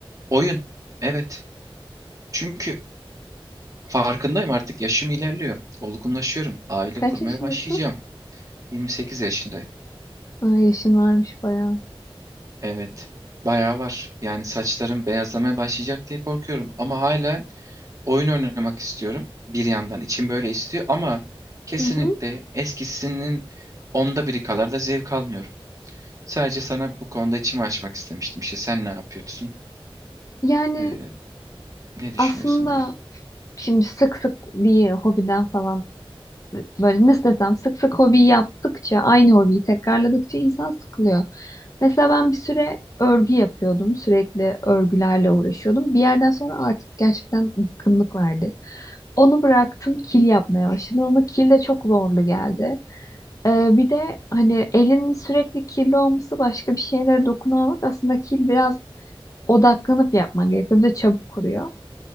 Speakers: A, on the right; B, on the left.
A: oyun. Evet. Çünkü farkındayım artık yaşım ilerliyor. Olgunlaşıyorum. Aile
B: Kaç
A: kurmaya
B: yaşındasın?
A: başlayacağım. 28 yaşındayım.
B: Aa, yaşın varmış bayağı.
A: Evet. Bayağı var. Yani saçlarım beyazlamaya başlayacak diye korkuyorum. Ama hala oyun oynamak istiyorum. Bir yandan içim böyle istiyor ama kesinlikle
B: Hı hı.
A: eskisinin onda biri kadar da zevk almıyorum. Sadece sana bu konuda içimi açmak istemiştim. İşte sen ne yapıyorsun?
B: Yani
A: Ee, ne düşünüyorsun
B: aslında
A: diye.
B: şimdi sık sık bir hobiden falan böyle nasıl desem sık sık hobi yaptıkça aynı hobiyi tekrarladıkça insan sıkılıyor. Mesela ben bir süre örgü yapıyordum. Sürekli örgülerle uğraşıyordum. Bir yerden sonra artık gerçekten bıkkınlık verdi. Onu bıraktım kil yapmaya başladım ama kil de çok zorlu geldi. Ee, bir de hani elinin sürekli kirli olması başka bir şeylere dokunamamak aslında kil biraz odaklanıp yapman gerekiyor. Bir de çabuk kuruyor.